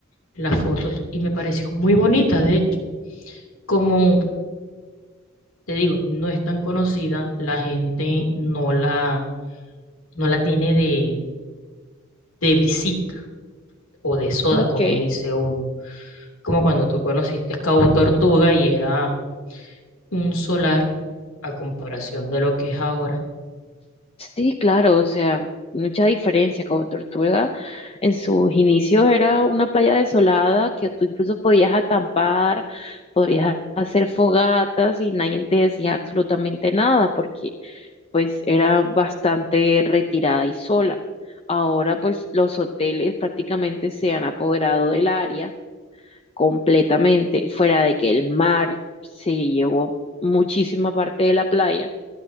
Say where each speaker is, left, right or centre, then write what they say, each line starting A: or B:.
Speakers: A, on the left; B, on the left.
A: las fotos y me pareció muy bonita, de hecho. Como te digo, no es tan conocida, la gente no la, no la tiene de, de visita o de soda,
B: Ok.
A: como dice uno. Como cuando tú conociste Cabo Tortuga y era un solar a comparación de lo que es ahora
B: Sí, claro, o sea, mucha diferencia como Tortuga. En sus inicios era una playa desolada que tú incluso podías acampar, podías hacer fogatas y nadie te decía absolutamente nada porque pues era bastante retirada y sola. Ahora pues los hoteles prácticamente se han apoderado del área completamente, fuera de que el mar se llevó muchísima parte de la playa